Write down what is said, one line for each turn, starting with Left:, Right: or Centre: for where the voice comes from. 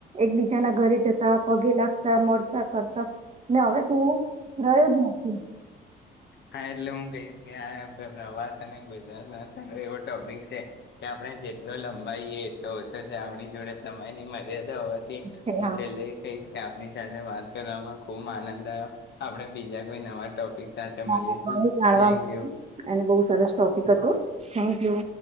Right: એકબીજાના ઘરે જતા પગે લાગતા મળતા કરતા <unintelligible> ને હવે કોવું રહ્યું જ નથી.
Left: હા એટલે હું કઈ <unintelligible> પ્રવાસ અને ગુજરાત <unintelligible> એવો ટોપિક <unintelligible> કે આપણે જે લઈ લમ ભાઈ એટલો ઓછો છે આપણી જોડે સમય ની મર્યાદા હોવાથી
Right: છે
Left: હું
Right: હા
Left: છેલ્લે એ કહીક આપની સાથે વાત કરવામાં ખૂબ આનંદ આપડે બીજા કોઈ નવા ટોપિક સાથે
Right: હ
Left: મળીશું
Right: જાણવા
Left: થેન્ક
Right: મળ્યું
Left: યુ
Right: અને બહ સરસ ટોપિક હતું થેન્કયુ